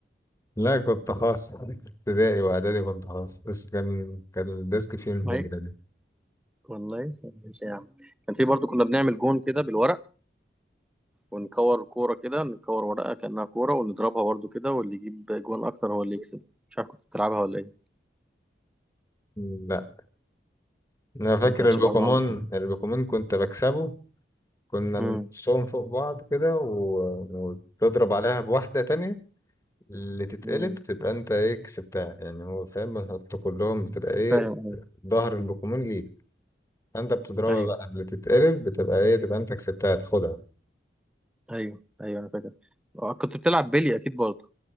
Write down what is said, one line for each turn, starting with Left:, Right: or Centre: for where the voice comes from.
Left: لا كنت خاص ابتدائي واعدادي كنت خاص بس كان كان الديسك فيه الهجرة
Centre: ما هي
Left: دي
Centre: والله ماشي يا عم كان في برضو كنا بنعمل جون كده بالورق ونكور كوره كده نكور ورقه كانها كوره ونضربها برضو كده واللي يجيب جون اكتر هو اللي يكسب مش عارف كنت بتلعبها ولا ايه
Left: لا انا فاكر
Centre: ما كانش
Left: البوكيمون
Centre: برضو عندك
Left: البوكيمون كنت بكسبه كنا
Centre: امم
Left: بنقصهم فوق بعض كده و... وتضرب عليها بواحدة تانية اللي تتقلب
Centre: امم
Left: تبقى انت ايه كسبتها يعني هو فاهم بنحط كلهم بتبقى ايه
Centre: فاهم ايوه
Left: ظهر البوكيمون ليك انت بتضربها
Centre: ايوه
Left: بقى قبل تتقلب بتبقى ايه تبقى انت كسبتها تاخدها
Centre: ايوه أيوه، انا فاكر آه، كنت بتلعب بيلي اكيد برضو